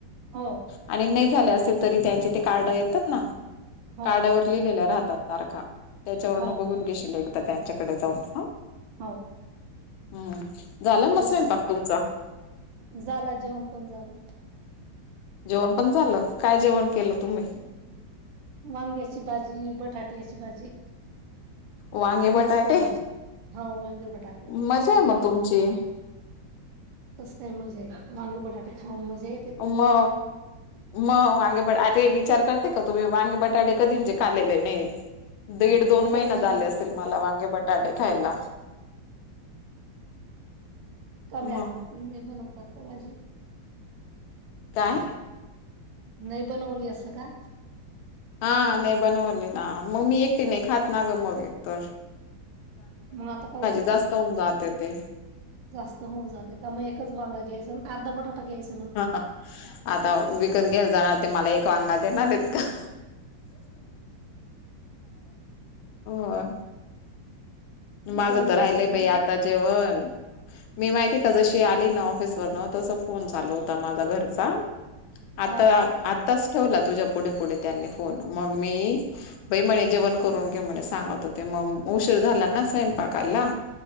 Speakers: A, on the right; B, on the left.
A: हो
B: आणि नाही झाले असल तरी त्यांचे ते कार्ड येतात ना
A: हो
B: कार्डवर लिलेल्या राहतात तारखा त्याच्यावरन
A: हो
B: बघून घेशीलल एकदा त्यांच्याकडे जाऊन ह
A: हो
B: हम्म झालं मग
A: ते
B: स्वयंपाक तुमचा
A: झाला जेवण पण झालं
B: जेवण पण झालं काय जेवण केलं तुम्ही
A: ह वांग्याची भाजी बटाटेची भाजी
B: वांगे
A: मिक्स
B: बटाटे
A: करून हाव वांगे बटाटे
B: मज्जा आहे मग तुमची
A: कस काय मजे आहे वांगे बटाटे खाऊन मजे
B: आमा मग वांगे बटारे विचार करते का तुम्ही वांगे बटाटे कधी जे खालेले नाहीत दीड दोन
A: कधी
B: महिने
A: खाल्ली
B: झाले असल मला वांगे बटाटे खायला
A: का मॅडम
B: मग
A: नाही बनवतात त भाजी
B: काय
A: नाही बनवली असं का
B: हा नाही बनवली ना मग मी एकटी नाही खात ना ग मग एक तर
A: मग आता काही
B: जास्त होऊन जाते ते
A: जास्त होऊन जाते का मग एकच वांग घ्यायंच न अर्धा बटाटा घ्यायच.
B: ह आता विकत घ्याला जाणार ते मला एक वांगा देणारेत का? हो माझं
A: दोन दिवसाच
B: तर राहिलंय बायी
A: बी
B: आता जेवण मी माहिती का जशी आली ना ऑफिस वरन तसं फोन चालू होता माझा घरचा आता
A: हा
B: आत्ताच ठेवला तुझ्या पुढे पुढे त्यांनी फोन मग मी बई म्हणे जेवण करून घे म्हणे सांगत होते म उशीर झाला ना स्वयंपाकाला